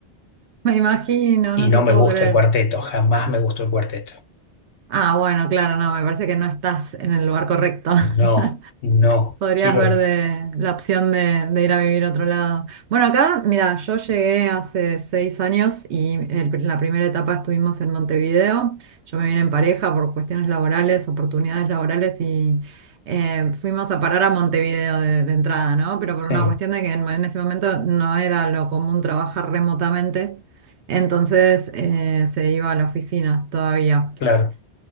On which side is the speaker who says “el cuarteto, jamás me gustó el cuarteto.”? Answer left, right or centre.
Left